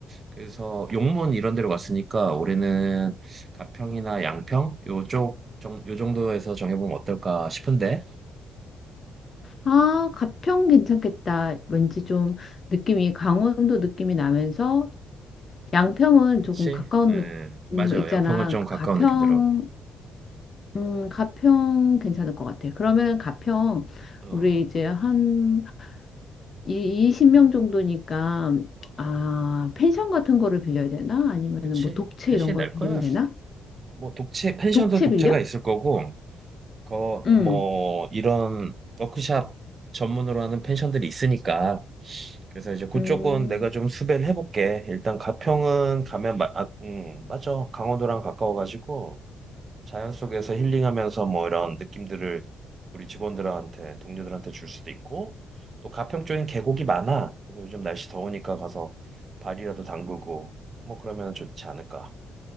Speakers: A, on the right; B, on the left.
A: 그래서 용문 이런 데로 갔으니까 올해는 가평이나 양평 요쪽 정, 요 정도에서 정해보면 어떨까 싶은데.
B: 아, 가평 괜찮겠다. 왠지 좀 느낌이 강원도 느낌이 나면서 양평은
A: 그치?
B: 조금 가까운
A: 음,
B: 느-
A: 맞아.
B: 음, 거 있잖아.
A: 양평은 좀
B: 그
A: 가까운
B: 가평,
A: 느낌 들어.
B: 음, 가평 괜찮을 것 같아. 그러면 가평
A: 어,
B: 우리 이제 한 이 20명 정도니까
A: 어, 어.
B: 아, 펜션 같은 거를 빌려야 되나? 아니면은
A: 그치?
B: 뭐 독채
A: 편식이
B: 이런 걸
A: 날
B: 빌리면
A: 거야.
B: 되나?
A: 뭐 독채 펜션도
B: 독채
A: 독채가
B: 빌려?
A: 있을 거고 그 뭐
B: 응.
A: 이런 워크샵 전문으로 하는 펜션들이 있으니까 그래서 이제 그쪽은
B: 음.
A: 내가 좀 수배를 해볼게 일단 가평은 가면 마, 아, 음, 맞아 강원도랑 가까워가지고 자연 속에서 힐링하면서 뭐 이런 느낌들을 우리 직원들한테 동료들한테 줄 수도 있고 또 가평 쪽엔 계곡이 많아 그래서 요즘 날씨 더우니까 가서 발이라도 담그고 뭐 그러면 좋지 않을까